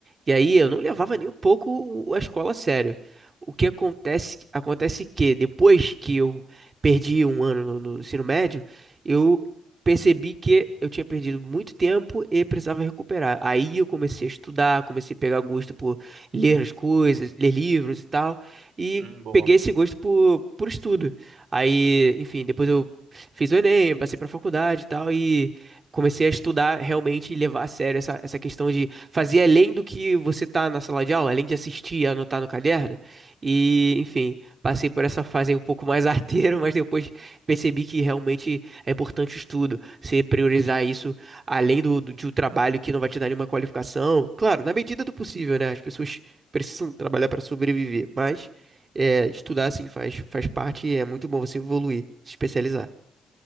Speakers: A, on the right; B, on the right.
A: E aí eu não levava
B: Uhum.
A: nem um pouco o- a escola a sério. O que acontece, acontece que depois que eu perdi um ano no, no ensino médio, eu percebi que eu tinha perdido muito tempo e precisava recuperar. Aí eu comecei a estudar, comecei a pegar gosto por ler as coisas, ler livros e tal, e
B: Hum, boa.
A: peguei esse gosto por, por estudo. Aí, enfim, depois eu fiz o Enem, passei para faculdade e tal, e comecei a estudar realmente e levar a sério essa, essa questão de fazer além do que você tá na sala de aula, além de assistir e anotar no caderno. E, enfim, passei por essa fase aí um pouco mais <laughs> arteiro, mas depois percebi que realmente é importante o estudo, você priorizar isso além do, do, de um trabalho que não vai te dar nenhuma qualificação. Claro, na medida do possível, né? As pessoas precisam trabalhar para sobreviver, mas é, estudar, assim, faz, faz parte e é muito bom você evoluir, se especializar.